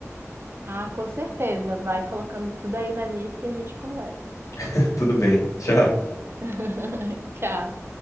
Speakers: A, on the right (about 45°); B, on the left (about 85°).
A: Ah, com certeza. Vai colocando tudo aí na lista e a gente conversa.
B: <laughs> Tudo bem, tchau.
A: <laughs> Tchau.